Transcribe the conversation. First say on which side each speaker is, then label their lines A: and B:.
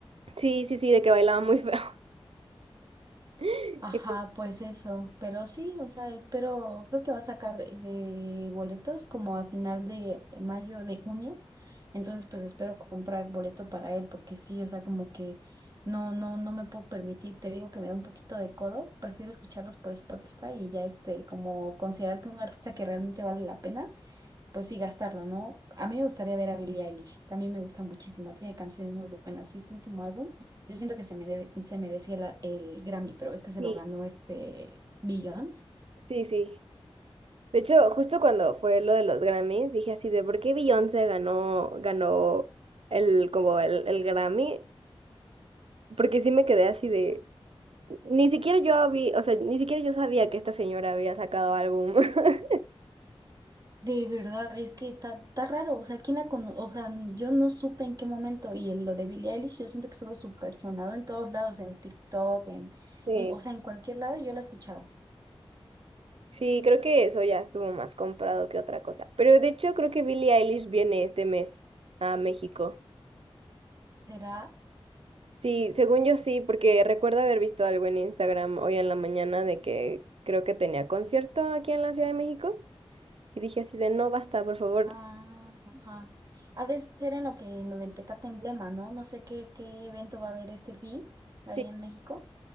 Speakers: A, on the right; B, on the right.
A: Sí, sí, sí, de que bailaba muy feo. <laughs>
B: Ajá,
A: Y pues,
B: pues eso, pero sí, o sea, espero, creo que va a sacar eh, boletos como a final de mayo, de junio, entonces pues espero comprar boleto para él, porque sí, o sea, como que no, no, no me puedo permitir, te digo que me da un poquito de codo, prefiero escucharlos por Spotify y ya este, como considerar que un artista que realmente vale la pena pues sí, gastarlo, ¿no? A mí me gustaría ver a Billie Eilish, también me gusta muchísimo, tiene canciones muy buenas. Y este último álbum, yo siento que se, me de- se merecía la- el Grammy, pero es que se
A: Sí,
B: lo ganó este Beyoncé.
A: sí, sí. De hecho, justo cuando fue lo de los Grammys, dije así de por qué Beyoncé ganó, ganó el, como el, el Grammy, porque sí me quedé así de, ni siquiera yo había, o sea, ni siquiera yo sabía que esta señora había sacado álbum. <laughs>
B: De verdad, es que está, está raro, o sea, ¿quién la cono- O sea, yo no supe en qué momento, y en lo de Billie Eilish, yo siento que estuve súper sonado en todos lados, en TikTok, en,
A: Sí,
B: en- o sea, en cualquier lado yo la escuchaba.
A: sí, creo que eso ya estuvo más comprado que otra cosa. Pero de hecho creo que Billie Eilish viene este mes a México.
B: ¿Será?
A: Sí, según yo sí, porque recuerdo haber visto algo en Instagram hoy en la mañana de que creo que tenía concierto aquí en la Ciudad de México. Y dije así de, no, basta, por favor.
B: Ah, ajá. Ha de ser en lo que, en lo del Petate Emblema, ¿no? No sé qué, qué evento va a haber este fin ahí
A: Sí,
B: en México.